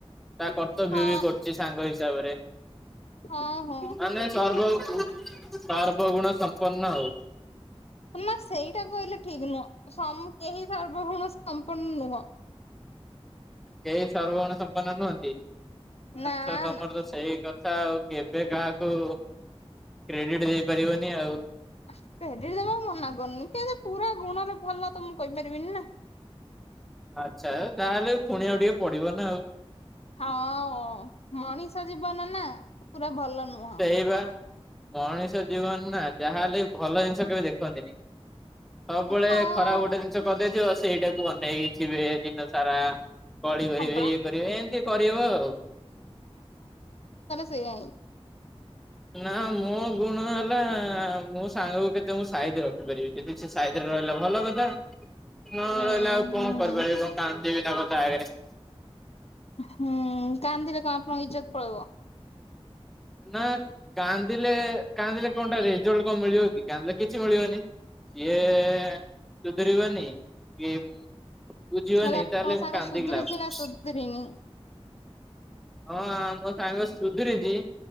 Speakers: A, in the centre; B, on the left.
A: ତା କର୍ତ୍ତବ୍ୟ
B: ହଁ
A: ବି କରୁଚି ସାଙ୍ଗ ହିସାବରେ
B: ହଁ ହଁ ହଁ
A: ମାନେ ସର୍ବ ସର୍ବ ଗୁଣ ସମ୍ ସପନ ଆଉ।
B: ମା ସେଇଟା କହିଲେ ଠିକି ନୁହଁ କେହି ସର୍ବଗୁଣ ସମ୍ପନ୍ ନୁହଁ।
A: କେହି ସର୍ବଗୁଣ ସମ୍ପନ୍ନ ନୁହନ୍ତି ଆଚ୍ଛା
B: ନା
A: ତମର
B: ନା
A: ତ ସେଇ କଥା ଆଉ। କେବେ କାହାକୁ କ୍ରେଡିଟ୍ ଦେଇପାରିବନି ଆଉ।
B: କ୍ରେଡିଟ୍ ଦେବା ମନା କରୁନି କେମିତି ପୁରା ଗୁଣରେ ଭଲ ତ ମୁଁ କଇପାରିବିନି ନା।
A: ଆଚ୍ଛା ତାହେଲେ ପୁଣି ଆଉ ଟିକେ ପଡିବ ନା ଆଉ।
B: ହଁ ଅ ମଣିଷ ଜୀବନ ନା ପୁରା ଭଲ ନୁହଁ।
A: ଏଇ ପା ମଣିଷ ଜୀବନ ନା ଯାହା ହେଲେ ଭଲ ଜିନିଷ କେବେ ଦେଖ୍ ଖନ୍ତିନି ସବୁବେଳେ
B: ହଁ
A: ଖରାପ ଗୋଟେ ଜିନିଷ କରିଦେଇଥିବ ସେଇଟାକୁ ଅନେଇଥିବେ। ସାରା କଳି କରିବେ
B: ହଁ ପରା
A: ଇଏ କରିବେ ଏମିତି କରିବ ଆଉ।
B: ସେଆଇଁ।
A: ନା ମୋ ଗୁଣ ହେଲା ମୋ ସାଙ୍ଗକୁ କେ ତେ ମୁଁ ସାଇଟିରେ ରଖିପାରିବି ଯଦି ସେ ସାଇତିରେ ରହିଲା ଭଲ କଥା ନ
B: ଉଁ
A: ରହିଲା ଆଉ
B: ହୁଁ
A: କଁ କରିପାରିବି କାନ୍ଦି ବିନା କଁ ତା ଆଗରେ।
B: ହୁଁ କାନ୍ଦିଲେ କଁ ଆପଣଙ୍କ ଇଜତ ପଳେଇବ।
A: ନା କାନ୍ଦିଲେ କାନ୍ଦିଲେ କଁଟା ରେଜଲ୍ଟ କଁ ମିଳିବ କି କାନ୍ଦିଲେ କିଛି ମିଳିବନି। ସିଏ ସୁଧରିବନି କି ବୁଝିବନି
B: ହେଲେ ଆପଣଙ୍କ
A: ତାଏଲେ
B: ସାଙ୍ଗ
A: ମୁଁ କାନ୍ଦିିକ
B: ସୁଧୁରିଛି
A: ଲାଭ କ
B: ନା ସୁଧୁରିନି।
A: ହଁ ଆମ ସାଙ୍ଗ ସୁଧୁରିଚି।